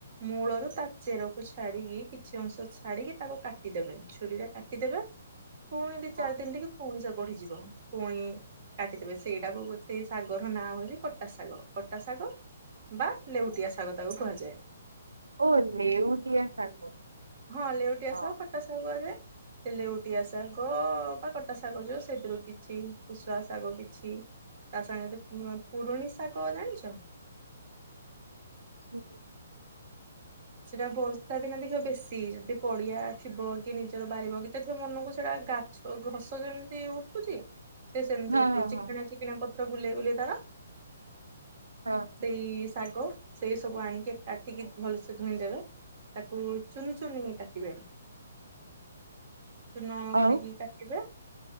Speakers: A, on the right; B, on the right.
A: ମୂଳରୁ ତା ଚେରକୁ ଛାଡ଼ିକି କିଛି ଅଂଶ ଛାଡ଼ିକି ତାକୁ କାଟିଦେବେ ଛୁରୀରେ କାଟିଦେବେ। ପୁଣି ଦି
B: ହଁ
A: ଚାରି ଦିନ ଟିକେ ପୁଣି ସେ ବଢ଼ିଯିବ। ପୁଇଁ କାଟିଦେବେ ସେଇଟାକୁ ସେଇ ଶାଗର ନାଁ ହଉଛି କଟା ଶାଗ କଟା ଶାଗ ବା ଲେଉଟିଆ ଶାଗ ତାକୁ କୁହାଯାଏ।
B: ଓ ନେଉଟିଆ ଶାଗ।
A: ହଁ ଲେଉଟିଆ
B: ହଁ।
A: ଶାଗ କଟା ଶାଗ କୁହାଯାଏ। ସେ ଲେଉଟିଆ ଶାଗ ବା କଟା ଶାଗ ଯୋଉ ସେଥିରୁ କିଛି କୋଷୋଳ ଶାଗ କିଛି ତା ସାଙ୍ଗେ ଯଦି ପୁରୁଣି ଶାଗ ଜାଣିଛ।
B: <inaudible>
A: ସେଟା ବର୍ଷା ଦିନ ଦେଖିବ ବେଶୀ ଯଦି ପଡିଆ ଥିବ କି ନିଜର ବାରି ବଗିଚା ଥିବ ମନକୁ ସେଇଟା ଗା ସୋ ଘସ ଯେମିତି ଉଠୁଛି ସେ ସେମିତି
B: ହଁ
A: ଉଠିବ ଚିକେଣା
B: ହଁ ହଁ
A: ଚିକେଣା ପତ୍ର ଗୁଲେଇ ଗୋଲେଇ ତାର
B: ହଁ।
A: ସେଇ ଶାଗ ସେଇ ସବୁ ଆଣିକି କାଟିକି ଭଲଶ୍ ଧୋଇଁ ଦେବେ ତାକୁ ଚୁନୁ ଚୁନି କାଟିବେ। ଚୂନ
B: ଆଉ
A: କରିକି କାଟିବ।